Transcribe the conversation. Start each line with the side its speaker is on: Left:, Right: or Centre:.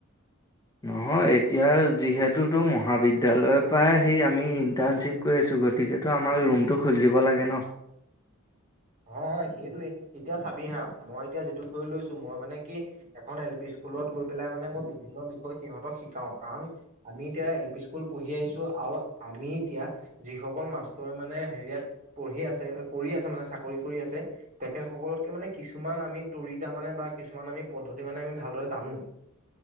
Left: <inaudible> নহয় এতিয়া যিহেতুতো মহাবিদ্যয়ালয়ৰ পৰাই সেই আমি ইন্টাৰ্ণশ্বিপ কৰি আছোঁ। গতিকেটো আমাৰ ৰুমটো খুল দিব লাগে ন।
Right: অ হয় সেইটোৱে। এতিয়া চাবি হা মই এতিয়া যিটো বিষয়ে লৈছো মই মানে কি এখন এল পি স্কু স্কুলত গৈ পেলাই মানে মই বিভিন্ন বিষয় সিহঁতক শিকাওঁ কাৰণ আমি এতিয়া এল পি স্কুল পঢ়ি আহিছোঁ আৰু আমি এতিয়া যিসকল মাষ্টৰে মানে হেৰিয়াত পঢ়ি আছে কৰি আছে মানে চাক চাকৰি কৰি আছে তেখেতসকলতকে মানে কিছুমান আমি তৰিকা মানে বা কিছুমান আমি পদ্ধতি মানে আমি ভালদৰে জানো।